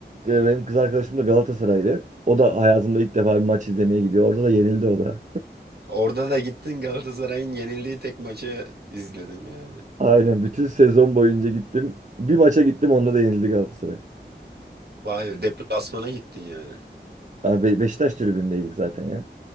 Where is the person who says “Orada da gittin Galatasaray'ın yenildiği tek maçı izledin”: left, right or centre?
Right